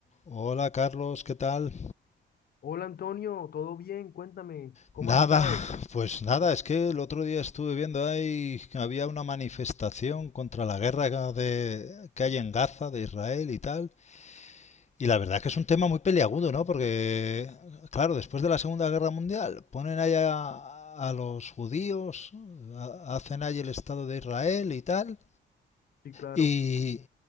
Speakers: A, on the left; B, on the left.
A: Hola Carlos, ¿qué tal?
B: Hola Antonio, ¿todo bien? Cuéntame, ¿cómo
A: Nada,
B: ha estado?
A: pues nada, es que el otro día estuve viendo ahí que había una manifestación contra la guerra de, que hay en Gaza, de Israel y tal. Y la verdad que es un tema muy peliagudo, ¿no? Porque, claro, después de la Segunda Guerra Mundial ponen allá a, a los judíos, a- hacen ahí el Estado de Israel y tal.
B: Sí, claro.
A: Y,